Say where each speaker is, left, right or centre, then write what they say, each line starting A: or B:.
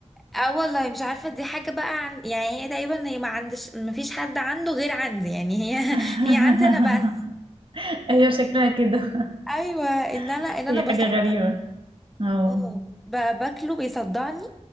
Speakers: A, in the centre; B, on the right.
A: اه والله مش عارفة دي حاجة بقى عن... يعني هي تقريبا هي ما عندش ما فيش حد عنده غير عندي يعني هي
B: <laughs>
A: <laughs> هي عندي انا بس
B: أيوة شكلها كده
A: ايوه ان انا
B: <laughs>
A: ان انا
B: هي
A: بصدع
B: حاجة غريبة أو
A: اه ب- باكله بيصدعني